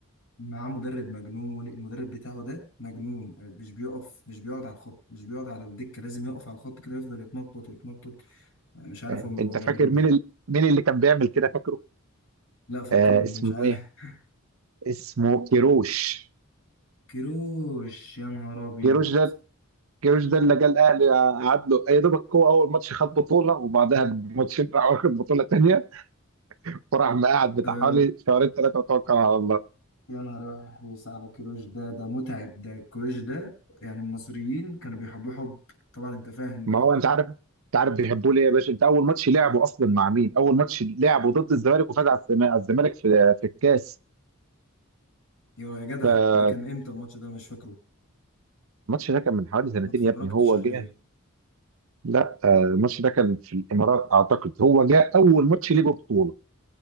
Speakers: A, on the left; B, on the right.
A: معاه مدرب مجنون المدرب بتاعه ده مجنون مش بيقف مش بيقعد على الخط مش بيقعد على الدكه لازم يقف على الخط كده يفضل يتنطط يتنطط أنا مش عارف
B: اه،
A: هم- هو
B: انت
A: بيعمل
B: فاكر
A: لهم
B: مين
A: ايه
B: ال... مين اللي كان بيعمل كده فاكره
A: لا فكرني
B: آه اسمه
A: مش عارف
B: ايه
A: <laughs>
B: اسمه كيروش
A: كيروش يا نهار ابيض
B: كيروش ده كيروش ده اللي جه الاهلي قعد له يا دوبك هو اول ماتش خد بطوله وبعدها بماتشين راح واخد بطوله تانيه وراح مقعد
A: ده
B: بتاع حوالي شهرين ثلاثه وتوكل على الله
A: يا نهار أحوس على كيروش ده ده متعب ده كيروش ده يعني المصريين كانوا بيحبوه حب طبعا انت فاهم بقى
B: ما هو انت عارف انت عارف بيحبوه ليه يا باشا انت اول ماتش لعبه اصلا مع مين؟ اول ماتش لعبه ضد الزمالك وفاز على الزما- على الزمالك في في الكاس
A: يا يا جدع
B: فالماتش
A: ده كان امتى الماتش ده أنا مش فاكره
B: ده كان من حوالي سنتين
A: ما اتفرجتش
B: يا ابني هو
A: عليه
B: جه لا آه، الماتش ده كان في الامارات اعتقد هو جه اول ماتش ليه بطوله